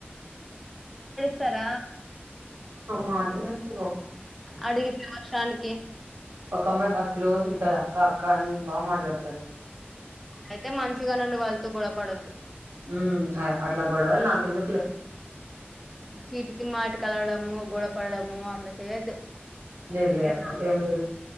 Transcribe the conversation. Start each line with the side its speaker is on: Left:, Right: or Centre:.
Centre: సార
Right: మాట్లాడతారు
Centre: అడిగి వర్షానికి
Right: ఒక అమ్మాయి బాగా క్లోజ్ ఉంటది అక్క అక్క అని బాగా మాట్లాడతది
Centre: అయితే మంచిగా నుండి వాళ్ళతో గొడపడొద్దు
Right: ఉ అట్లా గొడవలు నాకెందుకులే
Centre: చీటికి మాటకి అలగడం గోడపడము అట్లా చేయొద్దు
Right: లేదు లేదు
Centre: య
Right: అట్లాంటి ఏం లేదు